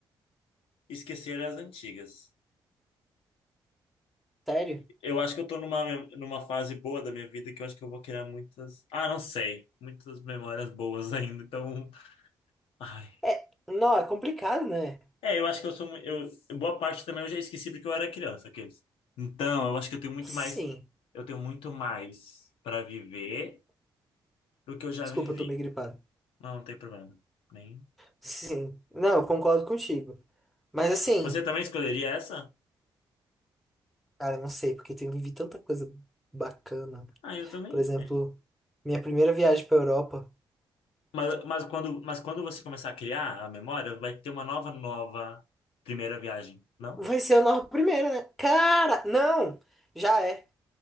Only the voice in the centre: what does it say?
Sério?
É, não, é complicado, né?
Sim.
Desculpa,
eu tô meio gripado.
Sim, não, eu concordo contigo. Mas assim,
cara, não sei, porque eu vivi tanta coisa bacana.
Por exemplo,
minha primeira viagem pra Europa
vai ser a nossa primeira, né? Cara, não! Já é,